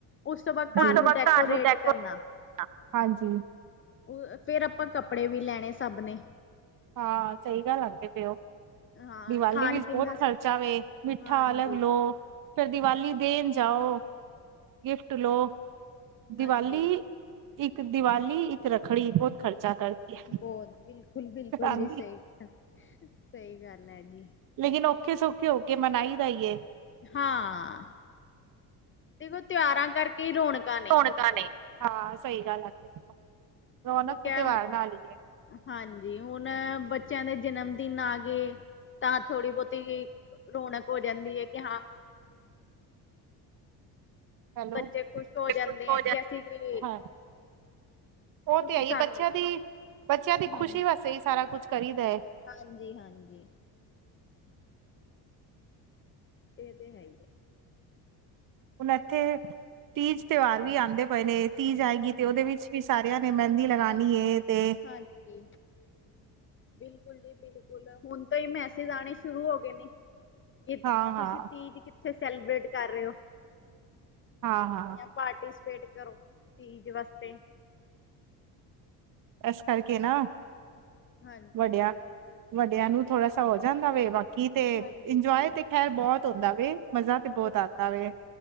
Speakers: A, on the left; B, on the right.
A: ਉਸ ਤੋਂ ਬਾਅਦ ਘਰ
B: ਤੋਂ
A: ਨੂੰ ਡੈਕੋਰੇਟ
B: ਘਰ ਨੂੰ ਡੈਕੋ
A: ਕਰਨਾ
B: ਹਾਂਜੀ
A: ਉਹ ਫਿਰ ਆਪਾਂ ਕੱਪੜੇ ਵੀ ਲੈਣੇ ਸਭ ਨੇ
B: ਹਾਂ, ਸਹੀ ਗੱਲ ਆਖਦੇ ਪਏ।
A: ਹਾਂ
B: ਦੀਵਾਲੀ
A: ਖਾਣ
B: ਵਿੱਚ
A: ਪੀਣ
B: ਬਹੁਤ
A: ਦਾ
B: ਖਰਚਾ ਵੇ, ਮਿੱਠਾ
A: ਹਾਂਜੀ
B: ਅਲੱਗ ਲੋ ਫੇਰ ਦੀਵਾਲੀ ਦੇਣ ਜਾਓ, ਗਿਫਟ ਲੋ, ਦੀਵਾਲੀ
A: ਹਾਂਜੀ
B: ਇੱਕ ਦੀਵਾਲੀ, ਇੱਕ ਰੱਖੜੀ, ਬਹੁਤ ਖਰਚਾ ਕਰਦੀ ਏ।
A: ਬੋਤ, ਬਿਲਕੁਲ- ਬਿਲਕੁਲ
B: ਕਰਾਂਦੀ
A: ਜੀ ਸਹੀ ਗੱਲ, ਸਹੀ ਗੱਲ ਐ ਜੀ‌।
B: ਲੇਕਿਨ ਔਖੇ ਸੌਖੇ ਹੋ ਕੇ ਮਨਾਈ ਦਾ ਏ।
A: ਹਾਂ, ਦੇਖੋ ਤਿਹਾਰਾਂ ਕਰਕੇ ਈ ਰੌਣਕਾਂ ਨੇ।
B: ਰੌਣਕਾਂ ਨੇ। ਹਾਂ, ਸਹੀ ਗੱਲ ਆਖੀ ਤੁਸਾਂ, ਰੌਣਕ
A: ਠੀਕ
B: ਤੇ
A: ਹੈ
B: ਤਿਉਹਾਰ ਨਾਲ‌ ਈ ਐ।
A: ਹਾਂਜੀ, ਹੁਨ ਬੱਚਿਆਂ ਦੇ ਜਨਮ ਦਿਨ ਆ ਗਏ ਤਾਂ ਥੋੜੀ ਬਹੁਤੀ ਰੌਣਕ ਹੋ ਜਾਂਦੀ ਏ, ਕਿ ਹਾਂ
B: ਹੈਲੋ,
A: ਬੱਚੇ ਖੁਸ਼
B: ਜੇ
A: ਹੋ ਜਾਂਦੇ
B: ਕੁਛ ਹੋ
A: ਹੈ ਕਿ
B: ਜਾਣ,
A: ਅਸੀਂ ਵੀ
B: ਹਾਂ ਉਹ
A: ਤੁਸੀਂ
B: ਤੇ ਹੈ ਈ
A: ਸਾਨੂੰ
B: ਏ, ਬੱਚਿਆਂ ਦੀ, ਬੱਚਿਆਂ ਦੀ
A: ਹਾਂਜੀ
B: ਖੁਸ਼ੀ ਵਾਸਤੇ ਹੀ ਸਾਰਾ ਕੁੱਝ ਕਰੀਦਾ ਏ।
A: ਹਾਂਜੀ- ਹਾਂਜੀ। ਇਹ ਤੇ ਹੈ ਹੀ ਐ।
B: ਹੁਣ ਐਥੇ ਤੀਜ ਤਿਉਹਾਰ ਵੀ ਆਉਂਦੇ ਪਏ ਨੇ, ਤੀਜ ਆਏਗੀ ਤੇ ਉਹਦੇ ਵਿੱਚ ਵੀ ਸਾਰਿਆਂ ਨੇ ਮਹਿੰਦੀ ਲਗਾਣੀ ਏ ਤੇ
A: ਹਾਂਜੀ। ਬਿਲਕੁਲ ਜੀ ਬਿਲਕੁਲ, ਹੁਣ ਤੋਂ ਈ ਮੈਸੇਜ ਆਉਣੇ ਸ਼ੁਰੂ ਹੋ ਗਏ ਨੇ। ਕਿ,
B: ਹਾਂ ਹਾਂ
A: ਤੁਸੀਂ ਤੀਜ ਕਿੱਥੇ ਸੈਲੀਬ੍ਰੇਟ ਕਰ ਰਹੇ ਹੋ?
B: ਹਾਂ- ਹਾਂ।
A: ਜਾਂ ਪਾਰਟੀਸਪੇਟ ਕਰੋ, ਤੀਜ ਵਾਸਤੇ।
B: ਐਸ ਕਰਕੇ ਨਾ,
A: ਹਾਂਜੀ
B: ਵੱਡਿਆ, ਵੱਡਿਆਂ ਨੂੰ ਥੋੜਾ ਸਾ ਹੋ ਜਾਂਦਾ ਵੇ ਵਕ ਕੀ ਤੇ,
A: ਹਾਂਜੀ
B: ਇੰਜੋਏ
A: ਜੀ
B: ਤੇ ਖੈਰ ਬਹੁਤ ਹੁੰਦਾ ਵੇ, ਮਜ਼ਾ ਤੇ ਬਹੁਤ
A: ਬਿਲਕੁਲ
B: ਆਂਦਾ ਵੇ।